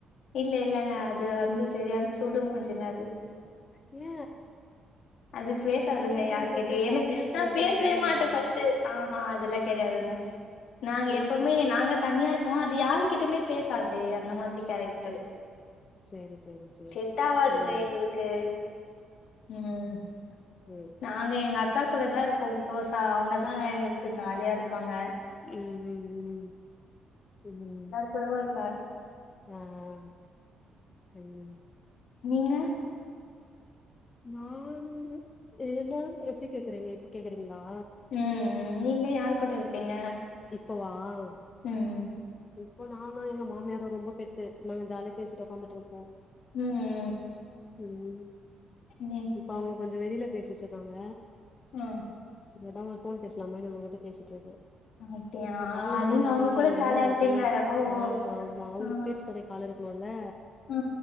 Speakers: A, on the left; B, on the left.
A: இல்ல இல்லங்க அது வந்து சரியான சுடு முஞ்சிங்க அது
B: ஏ
A: அது
B: இப்போ
A: பேசாதுங்க
B: தங்கச்சின்னு
A: யார்
B: சொல்ட்டு
A: கிட்டே
B: ஜாலியா
A: எனுக்
B: இருக்கறது
A: நா பேசவே
B: அப்டிலா
A: மாட்டே
B: இல்லையா
A: ஃபஸ்ட்டு ஆஹா அதெல்லா கெட்யாதுங்க நாங்க
B: ஏ
A: எப்பொமே நாங்க தனியார் போ அது யார்கிட்டுமே பேசாது அந்த மாதிரி கேரக்டரு
B: சேரி சேரி சேரி
A: செட் ஆவாதுங்க
B: ம்
A: எங்களுக்கு உம்
B: சே
A: நாங்க எங்க அக்கா கூடதா இருப்போ உங்லு கோஸா அவ்ங்கதா எங்குக்கு ஜாலியா இருப்பாங்க
B: ம் ம் ம் ம்
A: கூடவா இர்க்க
B: அஅஅ செய்யுன்
A: நீங்க
B: நானு ஏனா எப்டி கேக்குறீங்க இப்பு கேக்குறீங்ளா
A: ம் ம் நீங்க யார் கூட இர்ப்பீங்க
B: இப்பு வாவ்
A: ம்ம்
B: இப்போ நானு எங்க மாமியாரு ரொம்ப பெட்டு நாங்க ஜாலியா பேசிட்டு ஒக்காந்துட்ருப்போ
A: ம்
B: ம்
A: இன்யன்
B: இப்ப அவங்க கொஞ்சோ வெளில பேசிட்ருக்காங்க
A: ஆ
B: செரி அடா ஃபோன் பேஸ்லாமே உஉட்ட பேசிட்ருக்கு
A: அப்டியா
B: இப்பு அவ்ங்ளுக்கு
A: நீங்க
B: யாரு
A: அவங்க
B: இல்லல்ல
A: கூட ஜாலியா இருப்பீங்க
B: தனியா
A: ஓ
B: ஆமாமா அவ்ங்க
A: ஆ
B: பேச்சி தொனைக் ஆள் இருக்னுல
A: ஆ